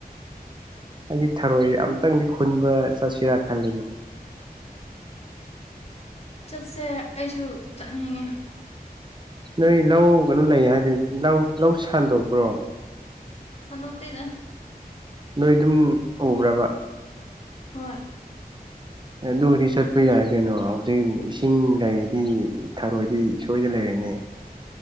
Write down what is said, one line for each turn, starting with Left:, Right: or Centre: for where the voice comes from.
Right: ꯑꯩꯒꯤ ꯊꯔꯣꯏ ꯑꯝꯇꯪꯗꯤ ꯈꯨꯟꯕ ꯆꯠꯁꯤꯔꯥ ꯈꯜꯂꯤꯅꯦ
Left: ꯆꯠꯁꯦ ꯑꯩꯁꯨ ꯆꯠꯅꯤꯡꯉꯦ
Right: ꯅꯣꯏ ꯂꯧ ꯀꯩꯅꯣ ꯂꯩ ꯍꯥꯏꯗꯨꯗꯤ ꯂꯧ ꯂꯧ ꯁꯟꯗꯣꯛꯄ꯭ꯔꯣ
Left: ꯁꯥꯟꯗꯣꯛꯇꯦꯗ
Right: ꯅꯣꯏ ꯑꯗꯨꯝ ꯎꯕ꯭ꯔꯕ
Left: ꯍꯣꯏ
Right: ꯑꯗꯨꯕꯨꯗꯤ ꯆꯠꯄ ꯌꯥꯏ ꯀꯩꯅꯣ ꯍꯧꯖꯤꯛ ꯏꯁꯤꯡ ꯂꯩꯔꯗꯤ ꯊꯔꯣꯏꯗꯤ ꯁꯣꯏꯗꯅ ꯂꯩꯔ ꯅꯦ